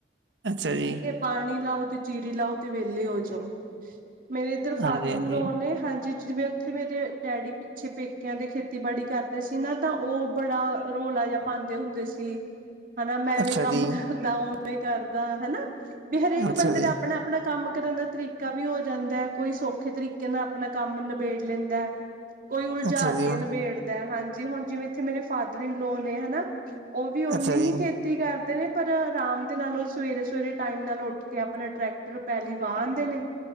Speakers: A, on the right; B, on the right.
A: ਅੱਛਾ ਜੀ
B: ਠੀਕ ਹੈ ਪਾਣੀ ਲਾਓ ਤੇ ਚੀਰੀ ਲਾਓ ਤੇ ਵਿਹਲੇ ਹੋਜੋ। ਮੇਰੇ ਇੱਧਰ ਫਾਦਰ
A: ਹਾਂਜੀ ਹਾਂਜੀ
B: ਇਨ ਲੋਨ ਨੇ ਹਾਂਜੀ ਜਿਵੇਂ ਉੱਥੇ ਮੇਰੇ ਡੈਡੀ ਪਿੱਛੇ ਪੇਕਿਆਂ ਦੇ ਖੇਤੀਬਾੜੀ ਕਰਦੇ ਸੀ, ਨਾ ਤਾਂ ਉਹ ਬੜਾ ਰੋਲਾ ਜਿਹਾ ਪਾਉਂਦੇ ਹੁੰਦੇ ਸੀ। ਹਨਾ ਮੈਂਵੇਂ
A: ਅੱਛਾ
B: ਕੰਮ
A: ਜੀ
B: ਕਰਦਾ ਉਵੇਂ ਕਰਦਾ, ਹਨਾ! ਵੀ ਹਰੇਕ
A: ਅੱਛਾ
B: ਬੰਦੇ
A: ਜੀ,
B: ਦਾ ਆਪਣਾ ਆਪਣਾ ਕੰਮ ਕਰਨ ਦਾ ਤਰੀਕਾ ਵੀ ਹੋ ਜਾਂਦਾ ਹੈ ਕੋਈ ਸੌਖੇ ਤਰੀਕੇ ਨਾਲ ਆਪਣਾ ਕੰਮ ਨਿਬੇੜ ਲੈਂਦਾ। ਕੋਈ ਉਲਝਾ
A: ਅੱਛਾ ਜੀ,
B: ਕੇ ਨਿਬੇੜਦਾ ਹਾਂਜੀ, ਹੁਣ ਜਿਵੇਂ ਇੱਥੇ ਮੇਰੇ ਫਾਦਰ ਇਨਲੋ ਨੇ ਹਨਾ ਉਹ ਵੀ ਓਨੀ
A: ਅੱਛਾ ਜੀ,
B: ਹੀ ਖੇਤੀ ਕਰਦੇ ਨੇ। ਪਰ ਆਰਾਮ ਦੇ ਨਾਲ, ਉਹ ਸਵੇਰੇ ਸਵੇਰੇ ਟਾਈਮ ਨਾਲ ਉੱਠ ਕੇ ਆਪਣਾ ਟਰੈਕਟਰ ਪਹਿਲੀ ਵਾਹ ਆਦੇ ਨੇ।